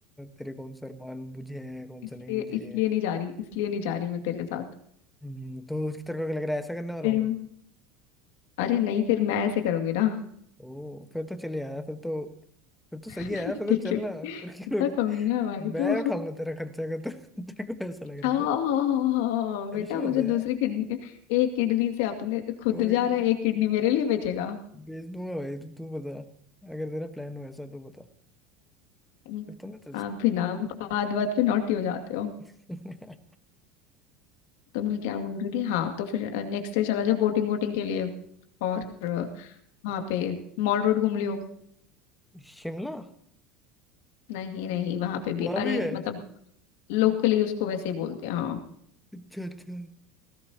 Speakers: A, in the centre; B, on the left.
A: तेरे कौन सा अरमान मुझे है कौन
B: इसलिए
A: सा नहीं मुझे
B: इसलिए
A: है
B: नहीं जा रही इसलिए नहीं जा रही मैं तेरे साथ
A: हम्म, तो उसकी तरफ क्या लग रहा है ऐसा करने वाला
B: फिर
A: हूँ मैं
B: अरे नहीं फिर मैं ऐसे करूंगी ना
A: ओ फिर तो चले यार फिर तो फिर तो सही
B: <laughs>
A: है यार फिर
B: देखियो
A: तो चलना
B: कितना
A: फिर क्यों रोक-
B: कमीना है भाई
A: मैं
B: तो
A: उठाऊंगा तेरा खर्चा अगर तो तेरे को ऐसा लग
B: हाँ
A: रहा तो
B: बेटा
A: ऐसे
B: वो
A: होता
B: जो
A: है यार
B: दूसरी किडनी एक किडनी से अपने खुद
A: कोई
B: जा
A: नहीं
B: रहा है एक किडनी मेरे लिए बेचेगा
A: भेज दूंगा भाई तू तू बता अगर तेरा प्लान हो ऐसा तो बता
B: हम्म,
A: फिर तो मैं चल सकता
B: आप भी
A: है
B: ना बात बात पे नॉटी हो जाते हो
A: <laughs> हम्म
B: तो मैं क्या बोल रही थी हाँ तो फिर नेक्स्ट डे चला जाओ बोटिंग वोटिंग के लिए और वहां पे मॉल रोड घूम लियो
A: शिमला
B: नहीं नहीं वहां पे
A: वहां
B: भी अरे
A: भी है
B: मतलब लोकली उसको वैसे ही बोलते हैं हाँ
A: अच्छा अच्छा